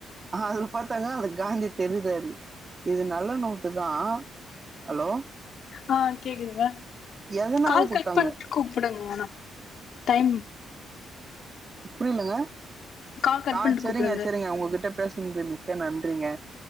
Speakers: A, on the right; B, on the left.
A: ஆ அதுல பாத்தாங்க அது காந்தி தெரிராரு இது நல்ல நோட்டு தா ஹலோ
B: ஆ கேக்குதுங்க
A: எதனால
B: கால்
A: குத்தாங்க
B: கட் பண்ட்டு கூப்பிடுங்க வேனா டைம்
A: புரியலங்க
B: கால் கட்
A: ஆ
B: பண்ட்டு
A: செரிங்க
B: கூப்புடுங்க
A: செரிங்க உங்ககிட்ட பேசனதுக்கு மிக்க நன்றிங்க